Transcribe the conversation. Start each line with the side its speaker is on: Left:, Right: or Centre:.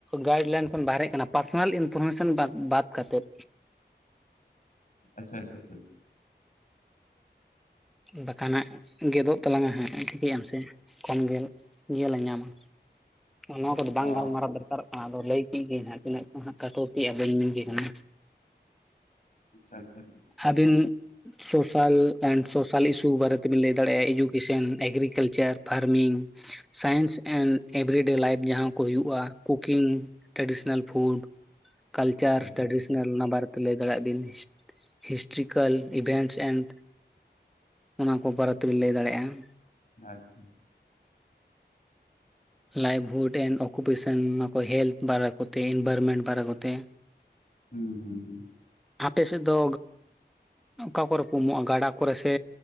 Centre: ᱜᱟᱭᱤᱰ ᱞᱟᱭᱤᱱ ᱠᱷᱚᱱ ᱵᱟᱨᱮᱡ ᱠᱟᱱᱟ ᱯᱟᱨᱥᱚᱱᱟᱞ ᱤᱱᱯᱷᱚᱨᱢᱮᱥᱚᱱ ᱵᱟᱫ ᱠᱟᱛᱮᱫ
Left: ᱟᱪᱪᱷᱟ ᱟᱪᱷᱟᱪᱷᱟ
Centre: ᱵᱟᱠᱷᱟᱱ ᱦᱟᱜ ᱜᱮᱫᱚᱜ ᱛᱟᱞᱟᱝᱼᱟ ᱦᱟᱸᱜ ᱴᱷᱤᱠᱟᱹᱭᱟᱢ ᱥᱮ ᱠᱚᱢ ᱜᱮᱞ ᱧᱮᱞ ᱧᱟᱢᱟ᱾ ᱱᱚᱣᱟ ᱠᱚᱫᱚ ᱵᱟᱝ
Left: ᱚ
Centre: ᱜᱟᱞᱢᱟᱨᱟᱣ ᱫᱚᱨᱠ ᱟᱨᱚᱜ ᱠᱟᱱᱟ ᱟᱫᱚ ᱞᱟᱹᱭ ᱠᱮᱫ ᱜᱮᱤᱧ ᱦᱟᱸᱜ ᱛᱤᱱᱟᱹᱜ ᱪ ᱦᱟᱸᱜ ᱠᱷᱴᱛᱤᱜ ᱵᱟ. ᱧ ᱢᱮᱱ ᱠᱮ ᱠᱟᱱᱟ᱾
Left: ᱟᱪᱪᱷᱟ ᱟᱪᱪᱷᱟ᱾
Centre: ᱟᱹᱵᱤᱱ ᱥᱚᱥᱟᱞ ᱥᱚᱥᱟᱞ ᱤᱥᱩ ᱵᱟᱨᱮ ᱛᱮᱵᱤᱱ ᱞᱟᱹᱭ ᱫᱟᱲᱮᱭᱟᱜᱼᱟ, ᱮᱡᱩᱠᱮᱥᱚᱱ ᱮᱜᱽᱨᱤᱠᱟ. ᱞᱪᱟ. ᱨ farming science and everyday life ᱡᱟᱦᱟᱸ ᱠᱚ ᱦᱩᱭᱩᱜᱼᱟ, ᱠᱩᱠᱤᱝ ᱴᱮᱰᱤᱥᱟ. ᱱᱟ. ᱞ ᱯᱷᱩᱰ ᱠᱟᱞᱪᱟᱨ
Left: ᱟᱪᱪᱷᱟ
Centre: ᱴᱮᱰᱤᱥᱟ. ᱱᱟ. ᱞ ᱚᱱᱟ ᱵᱟᱨᱮ ᱞᱟᱹᱭ ᱫᱟᱲᱮᱭᱟᱜ ᱵᱤᱱ ᱦᱤᱥᱴᱨᱤᱠᱟ. ᱞ ᱤᱵᱷᱮᱱᱴᱥ ᱮᱱᱰ ᱚᱱᱟ ᱠᱚ ᱵᱟᱨᱮ ᱛᱮᱵᱤᱱ ᱞᱟᱹᱭ ᱫᱟᱲᱮᱭᱟᱜᱼᱟ᱾
Left: ᱟᱪᱪᱷᱟ᱾
Centre: Livelihood and ᱚᱠᱩᱯᱮᱥᱟ. ᱱ ᱚᱱᱟ ᱠᱚ ᱦᱮᱞᱛᱷ ᱵᱟᱨᱮ ᱠᱚᱛᱮ ᱤᱱᱵᱷᱟᱨᱢᱮᱱᱴ ᱵᱟᱨᱮ ᱠᱚᱛᱮ᱾
Left: ᱦᱩᱸ ᱦᱩᱸ ᱦᱩᱸ᱾
Centre: ᱟᱯᱮ ᱥᱮᱫ ᱫᱚ ᱚᱠᱟ ᱠᱚᱨᱮ ᱠᱚ ᱩᱢᱚᱜᱼᱟ ᱜᱟᱰᱟ ᱠᱚᱨᱮ ᱥᱮ